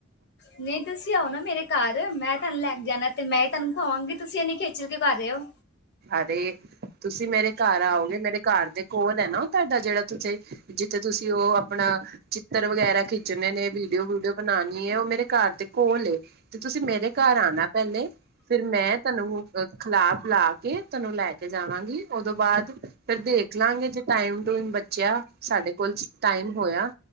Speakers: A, on the left; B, on the right.
A: ਨਹੀਂ ਤੁਸੀਂ ਆਓ ਨਾ ਮੇਰੇ ਘਰ ਮੈਂ ਤੁਹਾਨੂੰ ਲੈ ਕੇ ਜਾਣਾ ਤੇ ਮੈਂ ਤੁਹਾਨੂੰ ਖਵਾਵਾਂਗੀ ਤੁਸੀਂ ਇਹਨੀ ਖੇਚਲ ਕਿਓਂ ਕਰ ਦਿਓ
B: ਅਦੇ ਤੁਸੀਂ ਮੇਰੇ ਘਰ ਆਓਗੇ ਮੇਰੇ ਘਰ ਦੇ ਕੋਲ ਹੈ ਨਾ ਉਹ ਤੁਹਾਡਾ ਜਿਹੜਾ ਤੁਥੇ ਜਿੱਥੇ ਤੁਸੀਂ ਉਹ ਆਪਣਾ ਚਿੱਤਰ ਵਗੈਰਾ ਖਿੱਚਣੇ ਨੇ ਵੀਡੀਓ-ਵੀਡੀਓ ਬਣਾਣੀ ਹੈ ਉਹ ਮੇਰੇ ਘਰ ਦੇ ਘੋਲ ਏ ਤੇ ਤੁਸੀਂ ਮੇਰੇ ਘਰ ਆਣਾ ਪਹਿਲੇ ਫਿਰ ਮੈਂ ਤੁਹਨੂੰ ਖਿਲਾ ਪਿਲਾ ਕ ਕੇ ਤੁਹਾਨੂੰ ਲੈ ਕੇ ਜਾਵਾਂਗੀ ਉਦੋਂ ਬਾਅਦ ਫੇਰ ਦੇਖ ਲਾਂਗੇ ਜੇ ਟਾਈਮ ਟੂਮ ਬੱਚਿਆ ਸਾਡੇ ਤੁਹਾਡੇ ਕੋਲ ਟਾਈਮ ਹੋਇਆ